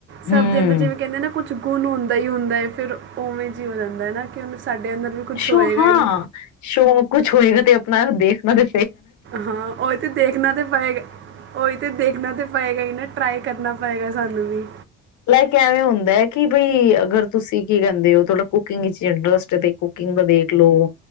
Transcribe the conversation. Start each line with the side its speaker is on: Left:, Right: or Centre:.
Right: ਸਭ
Left: ਹੂੰ
Right: ਦੇ ਅੰਦਰ ਜਿਵੇਂ ਕਹਿੰਦੇ ਨਾ ਕੁਛ ਗੁਣ ਹੁੰਦਾ ਹੀ ਹੁੰਦਾ ਹੈ ਫਿਰ ਉਵੇਂ ਜਿ ਹੋ ਜਾਂਦਾ ਹੈ ਨਾ ਕਿ ਉਹਨੂੰ ਸਾਡੇ ਅੰਦਰ ਵੀ ਕੁਝ
Left: ਸ਼ੋ
Right: ਹੋਏਗਾ
Left: ਹਾਂ
Right: ਹੀ
Left: ਸ਼ੋ ਕੁਛ ਹੋਏਗਾ ਤੇ ਆਪਣਾ ਦੇਖਣਾ ਦੇ
Right: ਹਾਂ ਉਹੀ ਤੇ ਦੇਖਣਾ ਤੇ ਪਏਗਾ ਉਹੀ ਤੇ ਦੇਖਣਾ ਤੇ ਪਏਗਾ ਹੀ ਨਾ ਟਰਾਈ ਕਰਨਾ ਪਏਗਾ। ਸਾਨੂੰ ਵੀ
Left: ਲਾਇਕ ਐਵੇਂ ਹੁੰਦਾ ਹੈ ਕਿ ਬ ਅਗਰ ਤੁਸੀਂ ਕੀ ਕਹਿੰਦੇ ਹੋ ਥੋਾ ਕੁਕਿੰਗ ਵਿਚ ਇੰਟਰਸਟ ਹੈ ਕੁਕਿੰਗ ਦਾ ਦੇਖ ਲੋੋ